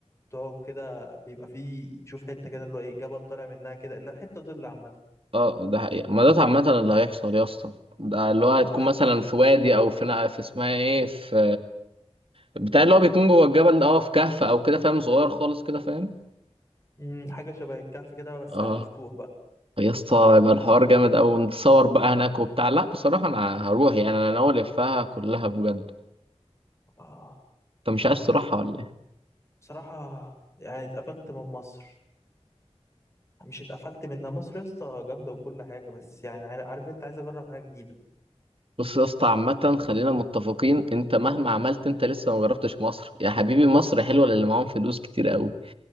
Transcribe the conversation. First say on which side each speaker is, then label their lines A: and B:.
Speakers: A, on the left (about 25°); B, on the right (about 55°).
A: تقعد كده بيبقى فيه تشوف حتة كده اللي هو إيه جبل طالع منها كده لا حتة ظل عامة
B: اه ده حقيقة ما ده عامة اللي هيحصل يا اسطى ده اللي هو هتكون
A: آه
B: مثلا في وادي او في نق- في اسمها ايه في بتاع اللي هو بيكون جوه الجبل ده اه في كهف او كده فاهم صغير خالص كده فاهم
A: مم، حاجة شبه الكهف كده بس
B: اه
A: على مفتوح بقى
B: يا اسطى يبقى الحوار جامد اوي نتصور بقى هناك وبتاع لا بصراحة انا هروح يعني انا ناوي الفها كلها بجد
A: آه
B: انت مش عايز
A: طب
B: تروحها ولا إيه؟
A: بصراحة يعني اتقفلت من مصر مش اتقفلت منها مصر يا اسطى جامدة وكل حاجة بس يعني عارف عارف أنت عايز أجرب حاجة جديدة
B: بص يا اسطى عامة خلينا متفقين انت مهما عملت انت لسه ما جربتش مصر يا حبيبي مصر حلوة للي معاهم فلوس كتير قوي